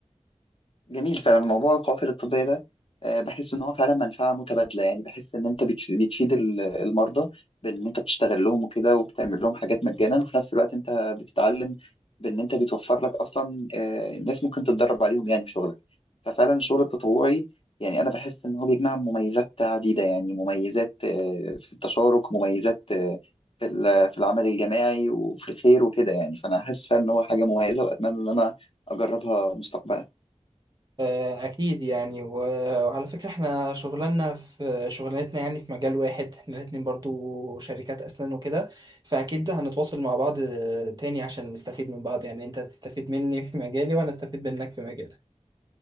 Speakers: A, on the left (about 50°); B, on the right (about 35°).
A: جميل فعلا موضوع القوافل الطبية ده آه، بحس ان هو فعلا منفعة متبادلة يعني بحس ان انت بتف- بتفيد ال- المرضى بان انت بتشتغل لهم وكده وبتعمل لهم حاجات مجانا وفي نفس الوقت انت بتتعلم بان انت بتوفر لك اصلا آه، ناس ممكن تتدرب عليهم يعني في شغلك ففعلا الشغل التطوعي يعني انا بحس ان هو بيجمع مميزات عديدة يعني مميزات آه، في التشارك مميزات آه، في ال- في العمل الجماعي وفي الخير وكده يعني فانا حاسس فعلا ان هو حاجة مميزة واتمنى ان انا اجربها مستقبلا
B: آه، اكيد يعني و- وعلى فكرة احنا شغلنا في شغلانتنا يعني في مجال واحد احنا الاتنين برضو شركات اسنان وكده فاكيد ده هنتواصل مع بعض آه، تاني عشان نستفيد من بعض يعني انت تستفيد مني في مجالي وانا استفيد منك في مجالك